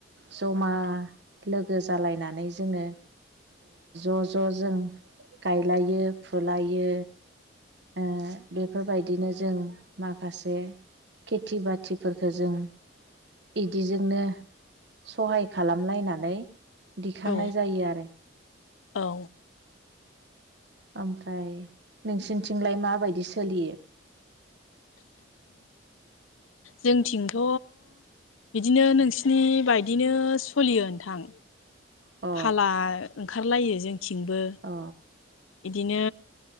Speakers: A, on the right (about 55°); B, on the left (about 80°).
A: जमा लोगो जालायनानै जोङो ओ ज' ज' जों गायलायो फुलायो। ओ बेफोरबायदिनो जों माखासे खेथि बाथिफोरखौ जों बिदिजोंनो सहाय खालामलायनानै दिखांनाय
B: औ
A: जायो आरो।
B: औ।
A: ओमफ्राय नोंसोरनिथिंलाय माबायदि सोलियो?
B: जोंथिंथ' बिदिनो नोंसिनि बायदिनो सलियो नोंथां।
A: अ
B: फाला ओंखारलायो थिंबो
A: अ
B: इदिनो